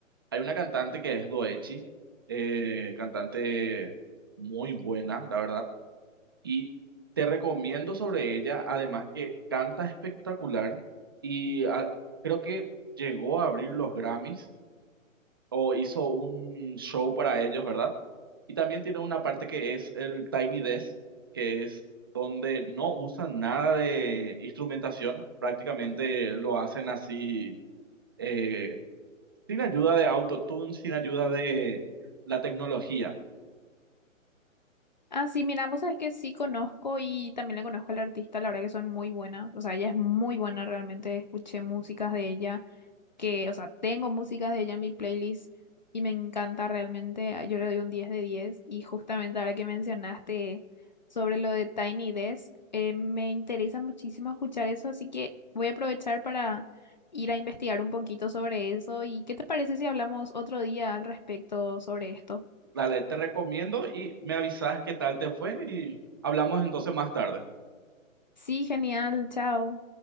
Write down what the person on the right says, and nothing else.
Hay una cantante que es Doechi, eh, cantante muy buena, la verdad. Y te recomiendo sobre ella, además que canta espectacular y ah, creo que llegó a abrir los Grammys o hizo un show para ellos, ¿verdad? Y también tiene una parte que es el Tiny Desk, que es donde no usan nada de instrumentación, prácticamente lo hacen así, eh, sin ayuda de autotune, sin ayuda de la tecnología.
Dale, te recomiendo y me avisas qué tal te fue y hablamos entonces más tarde.